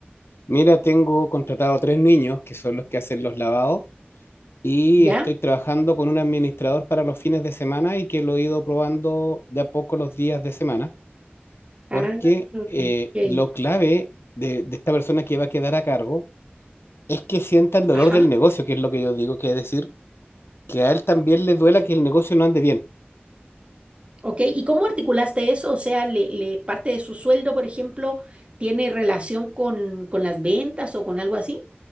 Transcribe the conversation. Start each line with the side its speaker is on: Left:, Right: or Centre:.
Left: Mira, tengo contratado tres niños que son los que hacen los lavados y
Right: ¿Ya?
Left: estoy trabajando con un administrador para los fines de semana y que lo he ido probando de a poco los días de semana,
Right: Ah,
Left: porque
Right: ok.
Left: eh, lo clave de, de esta persona que va a quedar a cargo es que sienta el dolor
Right: Ajá.
Left: del negocio, que es lo que yo digo, que es decir, que a él también le duela que el negocio no ande bien.
Right: ¿Ok? ¿Y cómo articulaste eso? O sea, le, le- parte de su sueldo, por ejemplo, tiene relación con, con las ventas o con algo así?